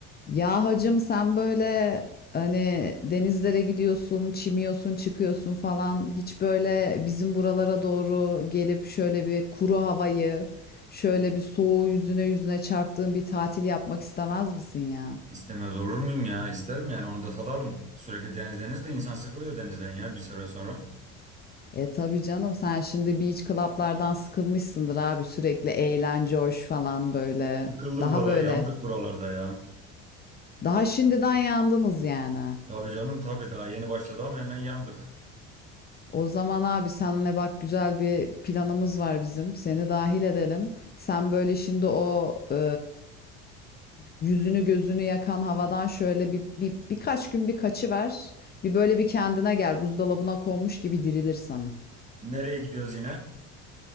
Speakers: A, on the left (about 30°); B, on the right (about 20°).
A: Ya hacım sen böyle hani denizlere gidiyorsun, çimiyorsun, çıkıyorsun falan hiç böyle bizim buralara doğru gelip şöyle bir kuru havayı, şöyle bir soğuğu yüzüne yüzüne çarptığın bir tatil yapmak istemez misin ya?
B: İstemez olur muyum ya? İsterim yani onu da tadalım. Sürekli deniz deniz de insan sıkılıyor denizden ya bir süre sonra.
A: E tabii canım sen şimdi beach club'lardan sıkılmışsındır abi sürekli eğlence hoş falan böyle.
B: Sıkıldık
A: Daha
B: valla
A: böyle.
B: yandık buralarda ya.
A: Daha şimdiden yandınız yani.
B: Tabii canım tabii daha yeni başladı ama hemen yandık.
A: O zaman abi senle bak güzel bir planımız var bizim. Seni dahil edelim. Sen böyle şimdi o e, yüzünü gözünü yakan havadan şöyle bir, bir birkaç gün bir kaçıver. Bir böyle bir kendine gel. Buzdolabına konmuş gibi dirilirsen.
B: Nereye gidiyoruz yine?